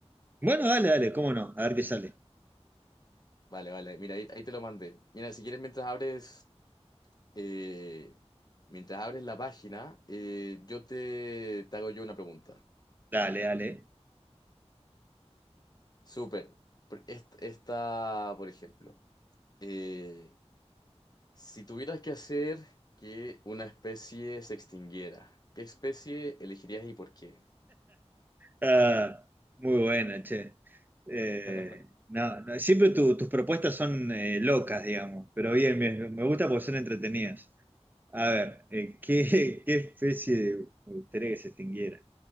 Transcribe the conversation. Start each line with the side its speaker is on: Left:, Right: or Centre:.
Right: Bueno, dale, dale, cómo no, a ver qué sale.
Left: Vale, vale, mira, ahí, ahí te lo mandé. Mira, si quieres, mientras abres, eh, mientras abres la página, eh, yo te, te hago yo una pregunta.
Right: Dale, dale.
Left: Súper. Pr- est- Esta, por ejemplo, eh, si tuvieras que hacer que una especie se extinguiera, ¿qué especie elegirías y por qué?
Right: Ah, muy buena, che. Eh,
Left: <laughs>
Right: no, no, siempre tu- tus propuestas son eh, locas, digamos, pero bien, bien, me gusta porque son entretenidas. A ver, eh, ¿qué, <laughs> qué especie de- me gustaría que se extinguiera?